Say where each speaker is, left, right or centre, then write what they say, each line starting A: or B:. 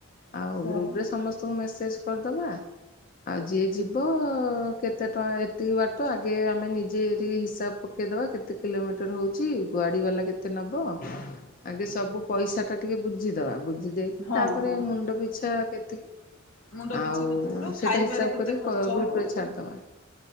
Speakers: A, on the left; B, on the left.
A: ସେୟା
B: ଆଉ ଗ୍ରୁପ
A: ବା
B: ରେ ସମସ୍ତଙ୍କୁ ମେସେଜ୍ କରିଦବା। ଆଉ ଯିଏ ଯିବ କେତେ ଟଙ୍କା, ଏତିକି ବାଟ ଆଗେ ଆମେ ନିଜେ ଟିକେ ହିସାବ ପ ପକେଇଦବା କେତେ କିଲୋମିଟର ହେଉଛି, ଗାଡ଼ି ବାଲା କେତେ ନେବ? ଆଗେ ସବୁ ପଇସା ଟା ଟିକେ ବୁଝିଦବା, ବୁଝି ଦେଇକି,
A: ହଁ
B: ତାପରେ
A: ହଁ।
B: ମୁଣ୍ଡ ପିଛା କେତିକି
A: ମୁଣ୍ଡ
B: ଆଉ
A: ପିଛା କେତେ ପଡିବ
B: ସେଇଟା
A: ଖାଇବାରେ
B: ହିସାବ
A: କେତେ
B: କରି
A: ଖର୍ଚ୍ଚ
B: କ ଗ୍ରୁପ
A: ହବ?
B: ରେ ଛାଡିଦବା।